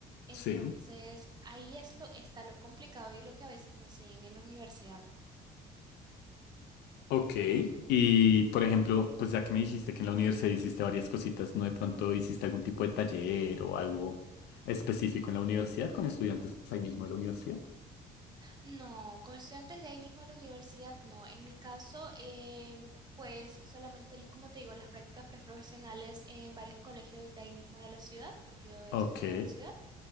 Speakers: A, on the right; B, on the left.
A: Entonces,
B: sí.
A: ahí es lo, está lo complicado y lo que a veces no enseñan en la universidad.
B: Ok, y por ejemplo, pues ya que me dijiste que en la universidad hiciste varias cositas, ¿no de pronto hiciste algún tipo de taller o algo específico en la universidad con estudiantes ahí mismo de la universidad?
A: No, con estudiantes de ahí mismo de la universidad, no. En mi caso, eh, pues solamente, el- como te digo, las prácticas preprofesionales en varios colegios de ahí mismo de la ciudad, porque yo estudiaba
B: Ok,
A: en ciudad.